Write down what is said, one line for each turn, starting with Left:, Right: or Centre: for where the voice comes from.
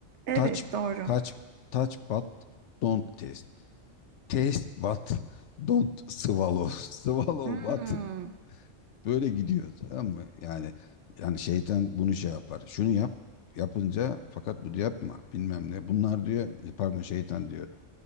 Right: Evet,
Left: Touch
Right: doğru.
Left: touch touch but don't taste. Taste but don't swallow. <laughs> Swallow
Right: Hmm,
Left: but böyle gidiyor tamam mı? Yani yani şeytan bunu şey yapar. Şunu yap yapınca fakat bunu yapma bilmem ne. Bunlar diyor pardon şeytan diyor